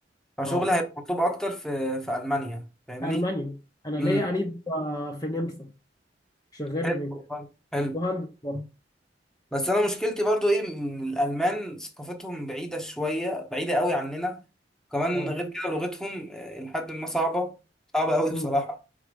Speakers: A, in the centre; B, on the left.
A: فشغلي
B: اه
A: هيبقى مطلوب اكتر في في ألمانيا فاهمني؟
B: ألمانيا أنا ليا
A: امم
B: قريب آه، في نمسا شغال
A: حلو
B: هناك
A: والله، حلو
B: مهندس برضه
A: بس انا مشكلتي برضو ايه ان الألمان ثقافتهم بعيدة شوية بعيدة قوي عننا كمان
B: اه
A: غير كده لغتهم آه، لحد ما صعبة صعبة قوي
B: امم
A: بصراحة